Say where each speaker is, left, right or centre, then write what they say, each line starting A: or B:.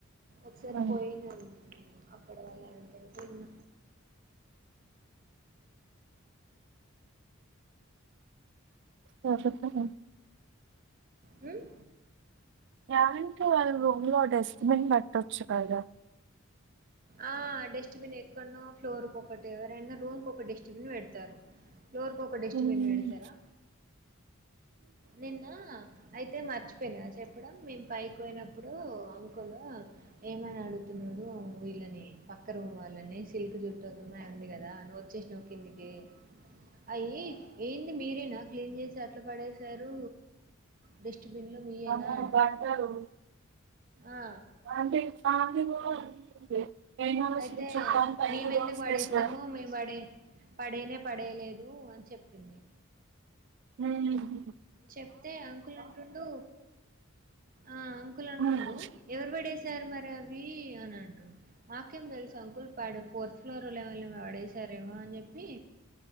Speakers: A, on the right (about 40°); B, on the right (about 60°).
A: ఒకసారి
B: హ్మ్.
A: పోయిన నేను అక్కడ వాళ్ళు అంటుంటే విన్న
B: ఎవరు చెప్పారు
A: హ్మ్
B: ఈ ఆంటి రూంలో డిస్ట్బిన్ పెట్టొచ్చు కదా
A: ఆ డస్ట్బిన్ ఎక్కనో ఫ్లోర్కి ఒకటి ఎవరైనా రూమ్కి ఒక డస్ట్బిన్ పెడతారు ఫ్లోర్ ఒక డస్ట్బిన్
B: హ్మ్.
A: పెడతారా నిన్న అయితే మర్చి అయిపోయిన చెప్పడం మేం పైకి ఒయినప్పుడు అంకుల్ ఏమని అడుతున్నాడు వీ ఇలనే పక్క రూమ్ వాళ్ళని సిల్క్ జుట్టు అమ్మాయి ఉంది కదా వచ్చేసినవ కిందికి అయ్యి ఏంది మీరే నా క్లీన్ చేసి అట్లా పడే సారు డస్ట్బిన్లో మీయేనా
B: అమ్మో! బట్టలు
A: ఆ!
B: <inaudible>
A: అయితే
B: స్విచ్ ఆన్ పైన
A: మేము ఎందుకు
B: రోల్స్
A: పాడేస్తాము
B: వేసిన
A: మేము పడే పడేనే పడేలేదు అని చెప్పింది
B: మ్ హు
A: చెప్తే అంకుల్ అంటుండు ఆ అంకుల్
B: ఏమంటారు
A: అంటుండు ఎవరు పడేశారు మరి అవి అని అంటుండు మాకేం తెలుసు అంకుల్ పడె ఫోర్ ఫ్లోర్ ఎవల్ అన్న పడేశారేమో అని చెప్పి